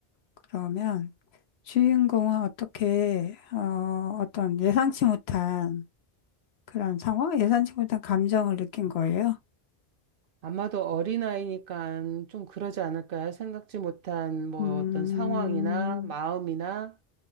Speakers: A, on the left (about 75°); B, on the right (about 60°).
A: 그러면 주인공은 어떻게, 어, 어떤 예상치 못한 그런 상황? 예상치 못한 감정을 느낀 거예요.
B: 아마도 어린아이니까 좀 그러지 않을까요? 생각지 못한 뭐
A: 음,
B: 어떤 상황이나 마음이나